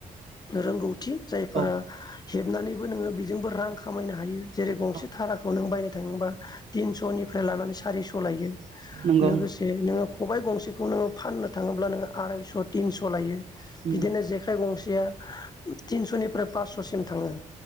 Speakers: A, on the left; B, on the right.
A: रोंगौ थि जायफोरा
B: औ
A: हेबनानै बो नोङो बेजोंबो रां खामायनो हायो जेरै गंसे
B: औ
A: धाराखौ नों बायनो थाङोबा तिनस'निफ्राय लानानै सारिस' लायो।
B: नंगौ
A: लोगोसे नोङो खबाइ गंसेखौ नोङो फाननो थाङोब्ला नोङो आरायस' थिनस' लायो।
B: उम
A: बिदिनो जेखाइ गंसे सेया तिनस'निफ्राय पासस'सिम थाङो